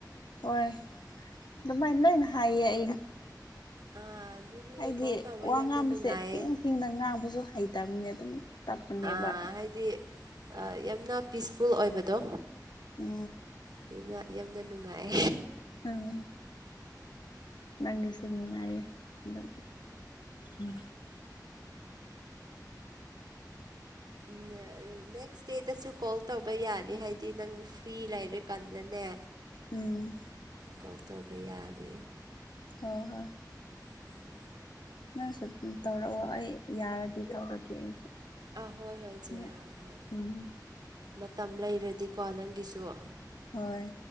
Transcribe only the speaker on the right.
ꯑꯥ ꯑꯗꯨꯅꯤ
ꯀꯣꯜ ꯇꯧꯕ
ꯌꯥꯝꯅ
ꯅꯨꯡꯉꯥꯏꯌꯦ
ꯑꯥ ꯍꯥꯏꯗꯤ ꯌꯥꯝꯅ ꯄꯤꯁꯐꯨꯜ ꯑꯣꯏꯕꯗꯣ
ꯑꯗꯨꯅ ꯌꯥꯝꯅ ꯅꯨꯡꯉꯥꯏ
ꯎ ꯅꯦꯛꯁ ꯗꯦꯗꯁꯨ ꯀꯣꯜ ꯇꯧꯕ ꯌꯥꯅꯤ ꯍꯥꯏꯗꯤ ꯅꯪ ꯐ꯭ꯔꯤ ꯂꯩꯔꯦ ꯀꯥꯟꯗꯅꯦ
ꯀꯣ ꯇꯧꯕ ꯌꯥꯅꯤ
ꯎꯝ
ꯑꯥ ꯍꯣꯏ ꯍꯣꯏꯆꯦ
ꯑꯥ ꯍꯣꯏ
ꯃꯇꯝ ꯂꯩꯔꯗꯤꯀꯣ ꯅꯪꯒꯤꯁꯨ